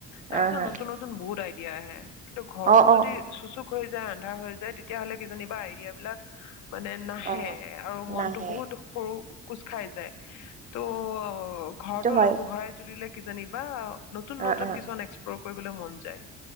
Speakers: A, on the left (about 80°); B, on the right (about 30°).
A: তাৰ
B: আহ,
A: পিছত
B: হা,
A: নতুন নতুন বহুত দিয়া আহে। কিন্তু ঘৰটো
B: অ', অ',
A: যদি চুচুক হৈ আন্ধাৰ হৈ যায় তেতিয়াহ'লে কিজানিবা আইডিয়াবিলাক মানে নাহে
B: অ',
A: আৰু মনটো
B: নাহে
A: বহুত সৰু- কোচখাই যায়। ত' অ', ঘৰতো
B: সেইটো হয়
A: অলপ পোহৰাই তুলিলে কিজানিবা। নতুন
B: অ',
A: নতুন
B: অ',
A: কিছুমান এক্সপ্ল কৰিবলৈ মন যায়।